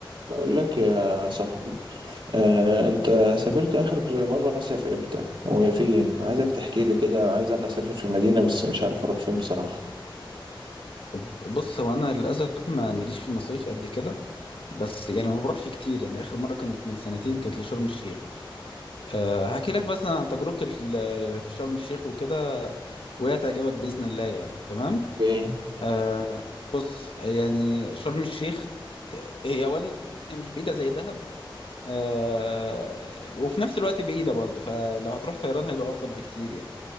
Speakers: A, on the right (about 65°); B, on the left (about 85°).
A: بقول لك يا صاحبي آه، انت سافرت اخر مره مصيف امتى وفين عايزك تحكي لي كده عايز انا اسافر في مدينه بس مش عارف اروح فين بصراحه
B: طب بص هو انا للاسف ما ماليش في المصايف قد كده بس يعني ما بروحش كتير يعني اخر مره كانت من سنتين كانت لشرم الشيخ أه هحكي لك مثلا عن تجربتي ال- في شرم الشيخ وكده وهي تعجبك باذن الله يعني تمام
A: اوكي
B: أه بص يعني شرم الشيخ آه، هي اولا هي مش بعيده زي دهب أه وفي نفس الوقت بعيده برضه فلو هتروح طيران هيبقى افضل بكتير يعني